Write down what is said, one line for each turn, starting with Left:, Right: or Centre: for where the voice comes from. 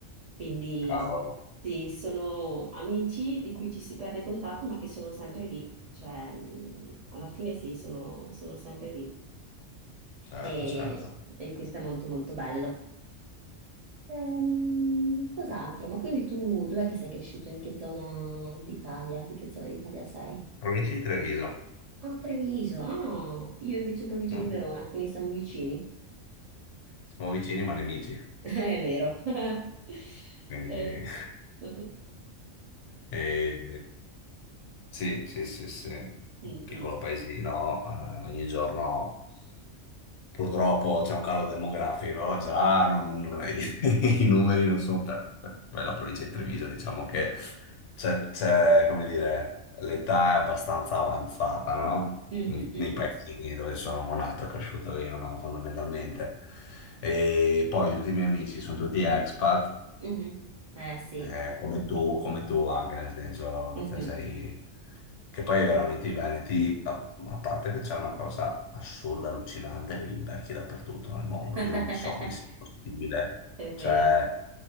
Right: Quindi
Left: Cavolo,
Right: sì, sono amici di cui ci si perde contatto, ma che sono sempre lì. Cioè, mh, alla fine sì, sono, sono sempre lì.
Left: certo,
Right: E,
Left: certo.
Right: e questo è molto molto bello. Ehm, cos'altro? Ma quindi tu dov'è che sei cresciuto? In che zona d'Italia? Di che zona d'Italia sei?
Left: Provincia di Treviso.
Right: Ah, Treviso, ah, io invece in provincia
Left: Mm.
Right: di Verona, quindi siamo vicini.
Left: Siamo vicini ma nemici.
Right: <laughs> È vero. <laughs>
Left: Quindi...
Right: Eh.
Left: <laughs>
Right: Mm,
Left: e- sì, sì, sì, sì.
Right: mm.
Left: Un piccolo paesino, eh, ogni giorno purtroppo c'è un calo demografico, già non- <laughs> non- i numeri non sono per, per- per la provincia di Treviso, diciamo che c'è, c'è, come dire, l'età è abbastanza avanzata, no?
Right: Mm,
Left: Nei
Right: mm, mm,
Left: nei paesini dove sono nato e cresciuto io, no? Fondamentalmente. E poi tutti i miei amici sono tutti expat
Right: mhm. Eh sì,
Left: eh, come tu, come tu anche, nel senso,
Right: Mhm.
Left: te sei... Che poi veramente i Veneti, a, a parte che c'è una cosa assurda, allucinante, che li becchi dappertutto nel mondo.
Right: <laughs>
Left: Io non so come sia possibile.
Right: È vero.
Left: Cioè,